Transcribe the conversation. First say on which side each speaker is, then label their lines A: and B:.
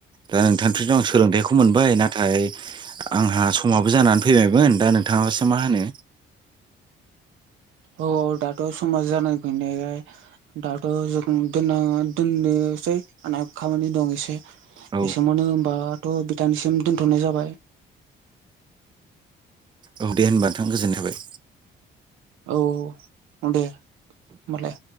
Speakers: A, on the right (about 25°); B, on the right (about 80°).
A: दा नोंथांनिफ्रायथ' आं सोलोंथाइखौ मोनबाय नाथाय आंहा समाबो जानानै फैबायमोन दा नोंथाङासो मा होनो
B: औ दाथ' समाजा जाना फैनायखाय दाथ' जों दोना दोननो सै आनाब खामानि दं एसे एसेमावनो
A: औ
B: होनोमबाथ' बिथांनिसिम दोनथ'नाय जाबाय।
A: औ दे होनबा नोंथां गोजोननाय थाबाय
B: औ दे होमालाय